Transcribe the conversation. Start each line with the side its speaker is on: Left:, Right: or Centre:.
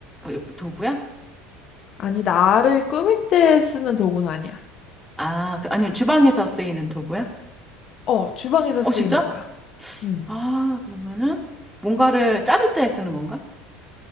Centre: 어, 요- 도구야?
Left: 아니, 나를 꾸밀 때 쓰는 도구는 아니야.
Centre: 아, 그- 아니면 주방에서 쓰이는 도구야?
Left: 어, 주방에서
Centre: 어,
Left: 쓰이는
Centre: 진짜?
Left: 거야. 음.
Centre: 아, 그러면은 뭔가를 자를 때 쓰는 건가?